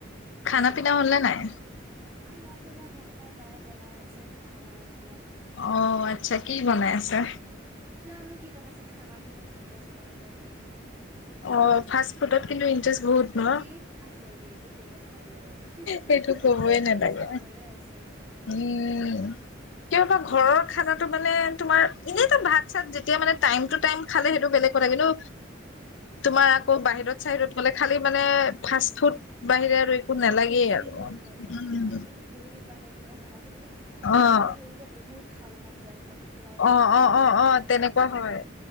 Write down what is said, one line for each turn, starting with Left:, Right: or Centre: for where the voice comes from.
Left: খানা পিনা হ'ল নে নাই?
Right: খানা পিনা হোৱা নাই মায়ে বনাই আছে খাম আৰু দিয়া।
Left: অ আচ্ছা। কি বনাই আছে?
Right: জানো কি বনাইছে? খানাত ইমান ইণ্টাৰেষ্ট নাই মোৰ মানে।
Left: অ ফাষ্ট ফুডত কিন্তু ইন্টাৰেষ্ট বহুত ন
Right: এই আছে দেই এইটো কব নালাগে আৰু।
Left: সেইটো
Right: এই
Left: কবই নালাগে
Right: এইটো চবৰে আছে। অ
Left: উম কিয়বা ঘৰৰ
Right: বাট
Left: খানাটো পালে তোমাৰ- এনেইতো ভাত চাত যেতিয়া মানে- টাইম টু টাইম খালে সেইটো বেলেগ কথা কিন্তু তোমাৰ আকৌ বাহিৰত চাহিৰত- গলে খালি মানে ফাষ্ট ফুড বাহিৰে আৰু। একো নালাগেই
Right: বেছি
Left: আৰু।
Right: সেই
Left: উম,
Right: লাগে। কিন্তু তুমি যদি বহুত দিন বাহিৰত- থাকে চাবাচোন তুমি। ঘৰৰ
Left: অ',
Right: হেৰিলে বহুত খাব মন যায়। একদম নৰ্মেল
Left: অ', অ',
Right: ঘৰৰ
Left: অ', অ',
Right: খানা
Left: তেনেকুৱা
Right: পাই খাবলে।
Left: হয়।